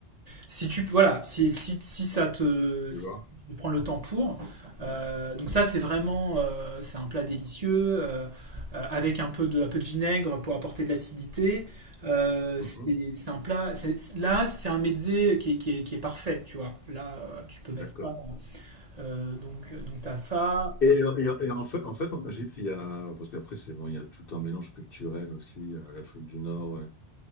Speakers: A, on the right; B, on the left.
A: Si tu, voilà, si, si, si ça te,
B: tu
A: si
B: vois.
A: tu prends le temps pour. euh, donc ça, c'est vraiment, euh, c'est un plat délicieux euh, euh, avec un peu de, un peu de vinaigre pour apporter de l'acidité. Euh,
B: Mhm.
A: c'est c'est un plat. c'est- Là, c'est un mezzé qui est, qui est, qui est parfait, tu vois. Là, euh, tu peux mettre
B: D'accord.
A: ça. Euh, donc, donc tu as ça.
B: Et, et- et en fait, en fait, en Égypte, il y a, parce qu'après, c'est bon, il y a tout un mélange culturel aussi, euh, l'Afrique du Nord.